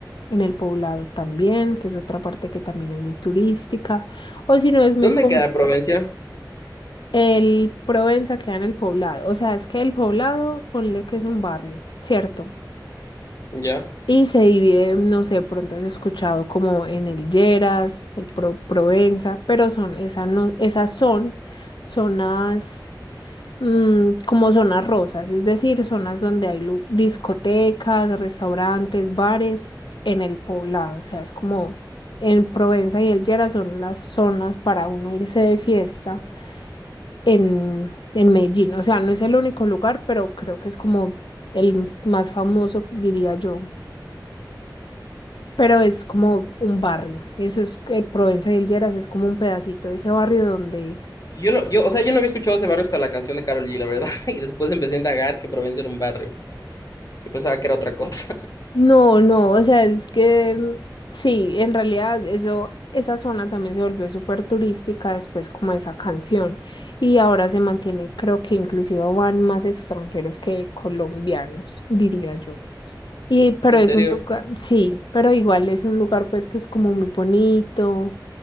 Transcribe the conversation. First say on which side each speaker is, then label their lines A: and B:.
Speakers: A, on the left; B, on the left.
A: En el Poblado también, que es otra parte que también es muy turística, o si no es
B: ¿Dónde
A: muy común.
B: queda Provencia?
A: El Provenza queda en el poblado. O sea, es que el poblado, ponle que es un barrio, ¿cierto?
B: Ya.
A: Y se divide, no sé, pronto has escuchado como en el Lleras, el Pro- Provenza, pero son, esas no, esas son zonas mm, como zonas rosas, es decir, zonas donde hay lu- discotecas, restaurantes, bares en el poblado. O sea, es como en Provenza y el Lleras son las zonas para uno irse de fiesta en, en Medellín. O sea, no es el único lugar, pero creo que es como el más famoso, diría yo. Pero es como un barrio. Eso es que Provenza y El Lleras es como un pedacito de ese barrio donde...
B: Yo, lo, yo, o sea, yo no había escuchado ese barrio hasta la canción de Karol G, la verdad, <laughs> y después empecé a indagar que Provencia era un barrio. Yo pensaba que era otra cosa. <laughs>
A: No, no, o sea, es que mm, sí, en realidad eso, esa zona también se volvió súper turística después como esa canción. Y ahora se mantiene, creo que inclusive van más extranjeros que colombianos, diría yo. Y, pero
B: En
A: es
B: serio.
A: un lugar, sí, pero igual es un lugar pues que es como muy bonito,